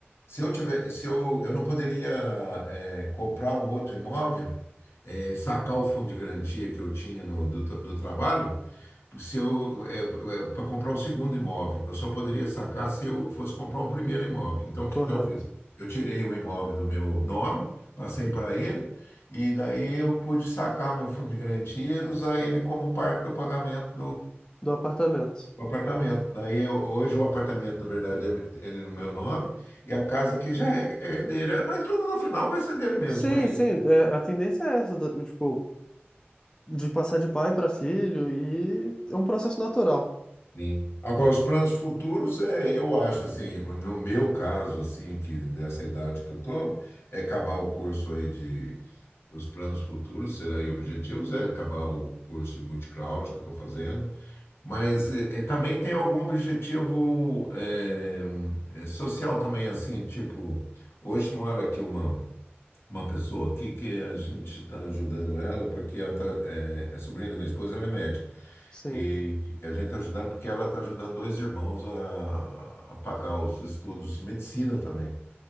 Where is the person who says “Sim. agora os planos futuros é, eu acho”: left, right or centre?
Left